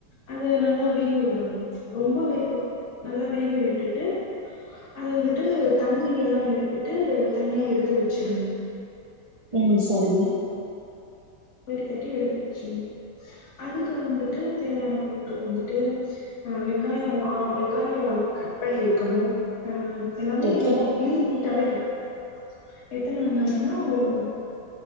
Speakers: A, on the left; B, on the right.
A: அது நல்லா வேகவுடன்னும் ரொம்ப வே நல்லா வேக விட்டுட்டு அது வந்துட்டு தண்ணி எல்லாம் எடுத்துட்டு தணியா எடுத்து வச்சிடணும்
B: ம் சரி
A: வடிகட்டி எடுத்து வச்சர்ணும் அதுக்கு வந்துட்டு தேவையான பொருட்கள் வந்துட்டு அஹ் வெங்காயம் ஆஹ் வெங்காயம் எல்லாம் கட் பண்ணி வைக்கணும் அஹ் எல்லாமே
B: எத்தன வெங்காயம்
A: நீட்நீட்டாவே கிடக்கும் எத்தனை வெங்காயன ஒரு